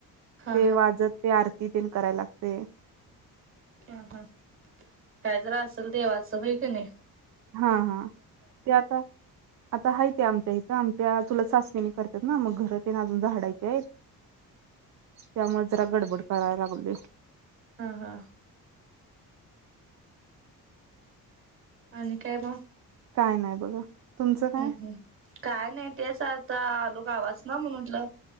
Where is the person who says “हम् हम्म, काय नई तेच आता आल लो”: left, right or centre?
Right